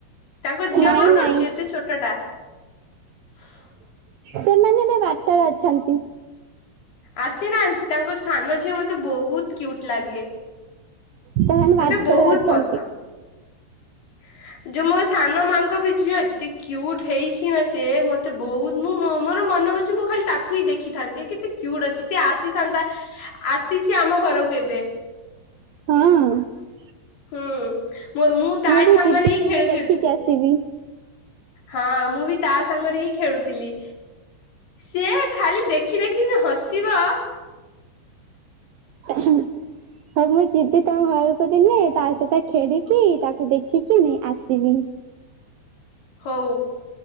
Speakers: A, on the left (about 60°); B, on the right (about 75°).
A: ତାଙ୍କ ଝିଅ
B: ନାଇଁ
A: କଣ
B: ନାଇଁ
A: କରୁଛି ଏତେ ଛୋଟ ଟା, <unintelligible>
B: ସେମାନେ ଏବେ ବାଟରେ ଅଛନ୍ତି,
A: ଆସିନାହାନ୍ତି ତାଙ୍କ ସାନ ଝିଅ ମତେ ବହୁତ କିଉଟ୍ ଲାଗେ,
B: ସେମାନେ ବାଟରେ
A: ମତେ ବହୁତ
B: ଅଛନ୍ତି
A: ପସନ୍ଦ ଯୋଉ ମୋ ସାନ ମାଙ୍କ ବି ଝିଅ ଏତେ କ୍ୟୁଟ୍ ହେଇଛି ନା ସେ ମତେ ବହୁତ ମୁଁ ମୋର ମନ ହଉଛି ମୁଁ ଖାଲି ତାକୁ ହିଁ ଦେଖିଥାନ୍ତି କେତେ କ୍ୟୁଟ ଅଛି ସେ ଆସିଥାନ୍ତା ଆସିଛି ଆମ ଘରକୁ ଏବେ
B: ହଁ।
A: ହୁଁ ମୁଁ ତା
B: ବି
A: ସାଙ୍ଗରେ
B: ଯିବି
A: ହିଁ
B: ଦିନେ
A: ଖେଳ
B: ଦେଖିକି
A: ଖେଳୁଥିଲି।
B: ଆସିବି
A: ହଁ ମୁଁ ବି ତା ସାଙ୍ଗରେ ହିଁ ଖେଳୁଥିଲି ସିଏ ଖାଲି ଦେଖି ଦେଖିକି ହସ ଯିବ
B: ହ ହଉ ମୁଁ ଯିବି ତମ ଘରକୁ ଦିନେ ତା ସହିତ ଖେଳିକି ତାକୁ ଦେଖିକି ନେଇ ଆସିବି।
A: ହଉ।